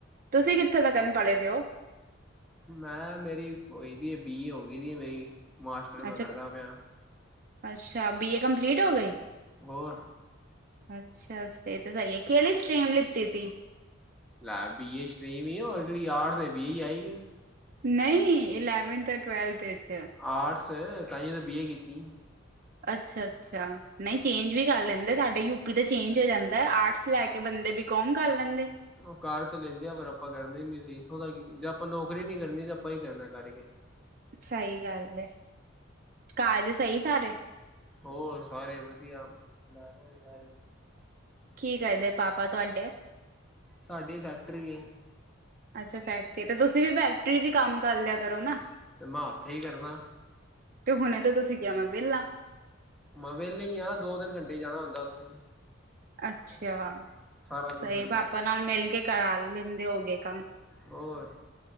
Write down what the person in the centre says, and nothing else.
ਮੈਂ ਮੇਰੀ ਹੋਈ ਦੀ ਬੀ ਏ ਹੋ ਗਈ ਦੀਏ ਮੇਰੀ, ਮਾਸਟਰ ਮੈਂ
ਕਰਦਾ ਪਿਆ।
ਹੋਰ।
ਲੈ ਬੀ ਏ ਸਟ੍ਰੀਮ ਈ ਏ ਹੋਰ ਕਿਹੜੀ ਆਰਟਸ ਏ, ਬੀ ਏ ਈ ਆਏਗੀ।
ਆਰਟਸ, ਤਾਈਏ ਤਾਂ ਬੀ ਏ ਕੀਤੀ।
ਉਹ ਕਾਰ ਤੇ ਲੈਂਦੇ ਆ ਪਰ ਆਪਾਂ ਕਰਨੇ ਨੀ ਸੀ, ਜੇ ਆਪਾਂ ਨੌਕਰੀ ਨੀ ਕਰਨੀ ਤੇ ਆਪਾਂ ਹੀ ਕਰਨਾ ਕਰਕੇ। ਹ <unintelligible>
ਹੋਰ, ਸਾਰੇ ਵਧੀਆ ਲੈ ਰਹੇ ਨਜਾਰੇ।
ਸਾਡੀ ਫੈਕਟਰੀ ਏ।
ਤੇ ਮੈਂ ਉੱਥੇ ਹੀ ਕਰਨਾ।
ਮੈਂ ਵਿਹਲੇ ਹੀ ਆ, ਦੋ ਤਿੰਨ ਘੰਟੇ ਹੀ ਜਾਣਾ ਹੁੰਦਾ ਉੱਥੇ।
ਸਾਰਾ ਦਿਨ
ਥੋੜ੍ਹੀ ਕਰਨਾ
ਹੋਰ।